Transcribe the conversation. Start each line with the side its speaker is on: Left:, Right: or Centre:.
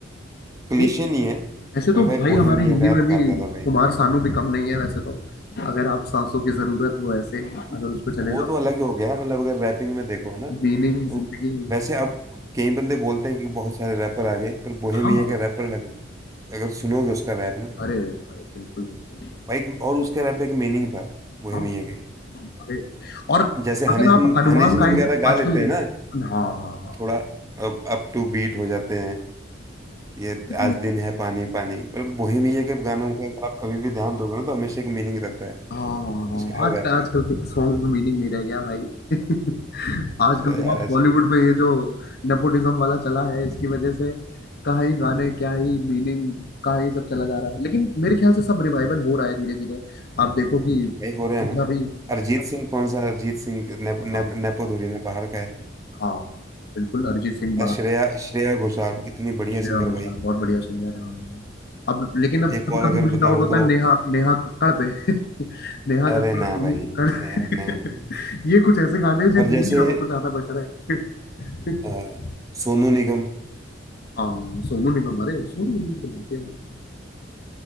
Right: क्लीशे
Left: नहीं,
Right: नहीं है
Left: ऐसे तो
Right: पर भाई
Left: भाई
Right: बोहेमिया
Left: हमारे हिंदी
Right: रैप
Left: में भी
Right: गाता था भाई
Left: कुमार सानू भी कम नहीं है वैसे तो अगर आप सांसों की जरूरत हो ऐसे अगर उस पर चले
Right: वो
Left: जाओ
Right: तो अलग ही हो गया है मतलब अगर रैपिंग में देखो ना
Left: मीनिंग
Right: तो
Left: जिंदगी
Right: वैसे अब कई बंदे बोलते हैं कि बहुत सारे रैपर आ गए पर बोहेमिया
Left: हाँ
Right: के रैपर लग अगर सुनोगे उसका रैप ना
Left: अरे भाई बिल्कुल बिल्कुल
Right: भाई एक- और उसके रैप में एक मीनिंग था बोहेमिया
Left: हाँ
Right: के
Left: अरे और
Right: जैसे
Left: अगर
Right: हनी
Left: आप
Right: सिंह
Left: हनुमान
Right: हनी सिंह
Left: काइंड
Right: वगैरह गा
Left: आजकल
Right: लेते हैं ना
Left: हाँ हाँ हाँ
Right: थोड़ा अप टू बीट हो जाते हैं ये
Left: <laughs>
Right: आज दिन है पानी पानी पर बोहेमिया के गानों का अगर आप कभी भी ध्यान दोगे ना तो हमेशा एक मीनिंग रहता है
Left: हाँ, हाँ,
Right: उसके हर
Left: आज
Right: रैप
Left: आजकल
Right: का
Left: के सॉन्ग में मीनिंग नहीं रह गया भाई <laughs> आजकल
Right: अब यार
Left: तो आप
Right: ऐसे
Left: बॉलीवुड
Right: ही
Left: में ये जो नेपोटिज्म वाला चला है इसकी वजह से क्या ही गाने क्या ही मीनिंग क्या ही सब चला जा रहा है लेकिन मेरे ख्याल से सब रिवाइवल हो रहा है धीरे धीरे आप देखो कि
Right: यही हो रहा है
Left: पंजाबी
Right: ना अरिजीत सिंह कौन सा अरिजीत सिंह नेप,
Left: हाँ
Right: नेप, नेपो धुरी ना बाहर का है
Left: हाँ बिल्कुल अरिजीत सिंह बाहर
Right: और श्रेया श्रेया घोषाल कितनी बढ़िया
Left: श्रेया
Right: सिंगर
Left: घोषाल
Right: भाई
Left: बहुत बढ़िया सिंगर है हाँ। अब लेकिन अब
Right: एक
Left: कभी
Right: और अगर
Left: कभी मुझे
Right: बताऊं
Left: डाउट होता
Right: तो
Left: है नेहा नेहा कक्कड़ पे <laughs> नेहा
Right: अरे
Left: कक्कड़ और
Right: ना
Left: सोनी
Right: भाई
Left: कक्कड़
Right: नहीं नहीं, नहीं।
Left: <laughs> ये कुछ ऐसे गाने हैं, जो
Right: और
Left: दूर
Right: जैसे
Left: ही रहो तो ज्यादा बेटर है <laughs>
Right: अ, सोनू निगम
Left: हाँ सोनू निगम अरे सोनू निगम की तो बात ही अलग है